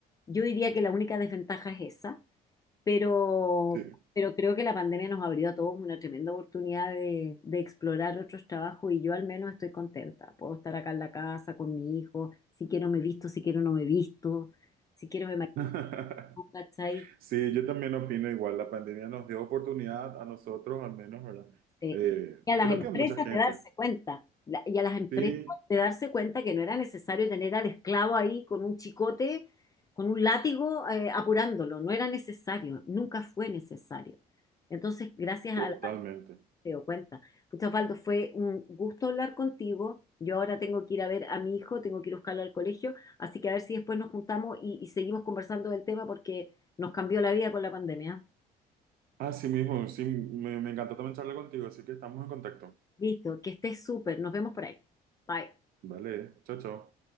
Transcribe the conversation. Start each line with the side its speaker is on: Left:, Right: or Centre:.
Left: yo diría que la única desventaja es esa, pero,
Right: sí.
Left: pero creo que la pandemia nos abrió a todos una tremenda oportunidad de, de explorar otros trabajos y yo al menos estoy contenta. Puedo estar acá en la casa con mi hijo, si quiero me visto, si quiero no me visto, si quiero me maquillo,
Right: <laughs>
Left: ¿cachai?
Right: Sí, yo también opino igual. La pandemia nos dio oportunidad a nosotros, al menos, ¿verdad?
Left: Sí.
Right: Eh,
Left: Y a las
Right: creo
Left: empresas
Right: que a mucha gente.
Left: de darse cuenta, la- y a las empresas
Right: Sí,
Left: de darse cuenta que no era necesario tener al esclavo ahí con un chicote, con un látigo, eh, apurándolo, no era necesario, nunca fue necesario. Entonces, gracias
Right: totalmente.
Left: a la se dio cuenta. Pucha, Osvaldo, fue un gusto hablar contigo. Yo ahora tengo que ir a ver a mi hijo, tengo que ir a buscarlo al colegio, así que a ver si después nos juntamos y, y seguimos conversando del tema porque nos cambió la vida con la pandemia.
Right: Así mismo, sí, me, me encantó también charlar contigo, así que estamos en contacto.
Left: Listo, que estés súper, nos vemos por ahí. Bye.
Right: Vale, chao, chao.